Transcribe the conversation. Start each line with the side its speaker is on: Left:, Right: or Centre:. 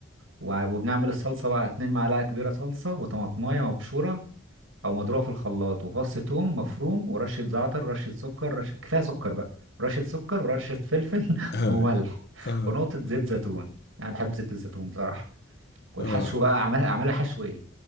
Right: وع- وبنعمل الصلصة بقى اتنين معلقة كبيرة صلصة وطماطماية مبشورة أو مضروبة في الخلاط وفص توم مفروم ورشة زعتر رشة سكر رشة كفاية سكر بقى رشة سكر ورشة فلفل <laughs>
Left: اه
Right: وملح
Left: اه
Right: ونقطة زيت زيتون أنا بحب زيت الزيتون بصراحة والحشو
Left: اه
Right: بقى أعملها أعملها حشو إيه؟